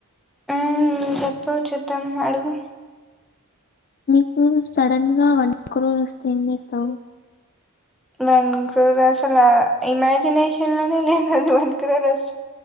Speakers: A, in the centre; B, on the left.
A: మ్మ్ చెప్పు చూద్దాం అడుగు
B: నీకు సడన్ గా వన్ క్రోర్ వస్తే ఏమ్చేస్తావ్
A: వన్ క్రోర్ అసలు ఇమాజినేషన్ లోనే లేదు అది వన్క్రూర్ అస